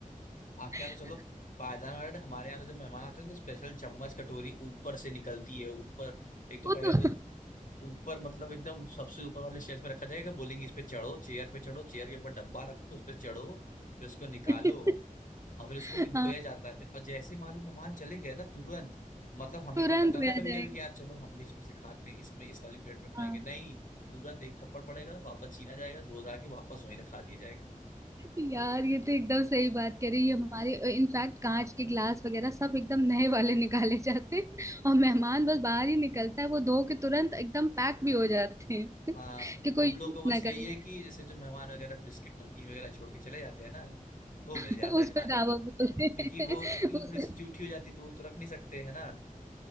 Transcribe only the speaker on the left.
आपके
यहाँ तो चलो पायदान वगैरह तो हमारे यहाँ तो जब मेहमान आते हैं तो स्पेशल चम्मच कटोरी ऊपर से निकलती है ऊपर एक तो
पहले
तो ऊपर मतलब एकदम सबसे ऊपर वाले शेल्फ में रखा जाएगा बोलेंगे इस पे चढ़ो चेयर पे चढ़ो चेयर के ऊपर डब्बा रखो उस पे चढ़ो फिर उसको निकालो
और फिर उसको भी धोया
जाता है फिर और जैसे मालूम मेहमान चले गए ना तुरंत मतलब हमें
मन रहता है
ना कभी
कभी कि यार चलो हम भी इसमें से खाते हैं इसमें इस वाली प्लेट में खाएंगे
नहीं तुरंत एक थप्पड़ पड़ेगा वापस छीना जाएगा धो धा के वापस वहीं रखा दिया जाएगा
हाँ
हम लोग
को बस
यही
है कि जैसे जो मेहमान वगैरह बिस्किट नमकीन वगैरह छोड़ के चले जाते हैं ना वो
मिल जाता
है खाने
को क्योंकि
वो
क्योंकि
वो थोड़ी सी जूठी हो जाती है, तो वो तो रख नहीं सकते है ना <laughs>